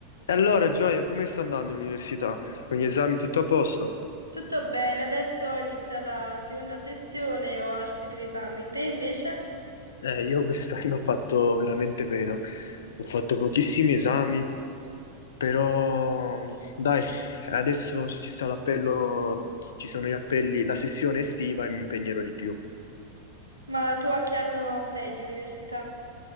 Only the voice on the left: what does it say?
E Allora, Gioia, come sta andando l'università? Con gli esami tutto a posto?
Eh, io quest'anno ho fatto veramente pena. Ho fatto pochissimi esami, però dai, adesso ci sta l'appello, ci sono gli appelli, la sessione estiva e mi impegnerò di più.